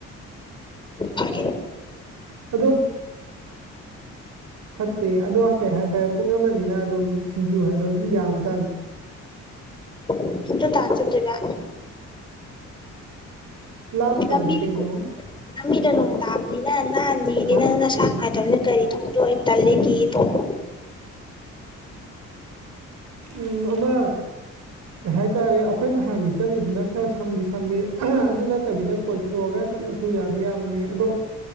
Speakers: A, on the left; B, on the right.
A: ꯐꯔꯦ
B: <inaudible> ꯑꯗꯨ ꯐꯠꯇꯦ ꯑꯗꯣ ꯀꯩ ꯍꯥꯏꯇꯥꯔꯦ ꯄꯨꯡ ꯑꯃꯅꯤꯅ ꯑꯗꯨꯝ ꯁꯤꯡꯖꯨ ꯍꯥꯏꯗꯣ ꯑꯗꯨ ꯌꯥꯕꯖꯥꯠꯅꯤ
A: <unintelligible> ꯇꯥꯟ ꯆꯠꯇꯨꯢꯕ
B: ꯂꯥꯞꯇꯕꯅꯤ
A: ꯂꯝꯕꯤ
B: ꯀꯩꯅꯣ
A: ꯂꯝꯕꯤꯗꯣ ꯅꯣꯡ ꯇꯥꯕꯅꯤꯅ ꯅꯥꯟꯅꯤ ꯗꯤ
B: ꯍꯥ
A: ꯅꯪ ꯅꯁꯥ ꯅꯨꯡꯉꯥꯏꯇꯕꯅꯤꯅ ꯒꯥꯔꯤ ꯊꯧꯕꯗꯣ ꯑꯩ ꯇꯜꯂꯦ ꯀꯤꯌꯦ ꯇꯣꯡꯕ
B: ꯎꯝ ꯑꯃ ꯀꯩ ꯍꯥꯏꯇꯥꯔꯦ ꯑꯈꯣꯏ ꯅꯍꯥꯟꯒꯤ ꯆꯠꯂꯤꯗꯨꯅ ꯈꯔ ꯁꯝꯗꯤ ꯁꯝꯃꯤ ꯑꯗꯨ ꯅꯠꯇꯕꯤꯗ ꯀꯣꯏꯊꯣꯛꯑꯒ ꯆꯠꯂꯁꯨ ꯌꯥꯗꯤ ꯌꯥꯕꯅꯦ ꯑꯗꯣ